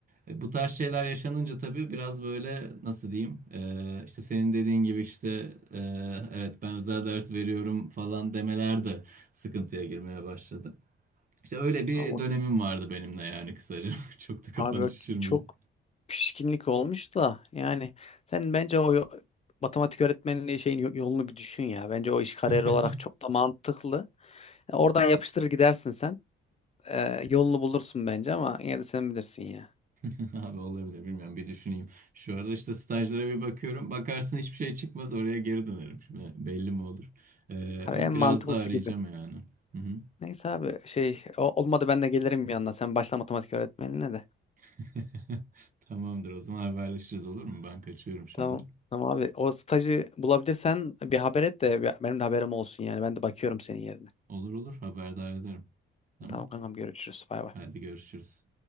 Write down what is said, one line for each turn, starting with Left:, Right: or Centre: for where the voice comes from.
Right: E, bu tarz şeyler yaşanınca tabii biraz böyle nasıl diyeyim e, işte senin dediğin gibi işte e, evet ben özel ders veriyorum falan demeler de sıkıntıya girmeye başladı. İşte öyle
Left: <laughs>
Right: bir
Left: Ama
Right: dönemim vardı benim de yani kısaca. <laughs> Çok da kafanı
Left: abi o
Right: şişirmeyeyim.
Left: çok pişkinlik olmuş da yani sen bence o yo- matematik öğretmenliği şeyin yo- yolunu bir düşün ya. Bence o iş kariyer
Right: <laughs>
Left: olarak çok da mantıklı. E, Oradan yapıştırır gidersin sen. E, yolunu bulursun bence ama yine de sen bilirsin ya.
Right: <laughs> Abi olabilir bilmiyorum bir düşüneyim. Şu arada işte stajlara bir bakıyorum. Bakarsın hiçbir şey çıkmaz oraya geri dönerim. Şimdi belli mi olur? Ee,
Left: Abi
Right: ama
Left: en
Right: biraz
Left: mantıklısı
Right: daha arayacağım
Left: gibi.
Right: yani. Hı hı.
Left: Neyse abi şey o- olmadı ben de gelirim yanına. Sen başla matematik öğretmenliğine de.
Right: <laughs> Tamamdır o zaman haberleşiriz olur mu? Ben kaçıyorum şimdi.
Left: Tamam. Tamam abi o stajı bulabilirsen bir haber et de bir- benim de haberim olsun yani. Ben de bakıyorum senin yerine.
Right: Olur olur haberdar ederim. Tamam.
Left: Tamam kankam görüşürüz. Bay bay.
Right: Hadi görüşürüz.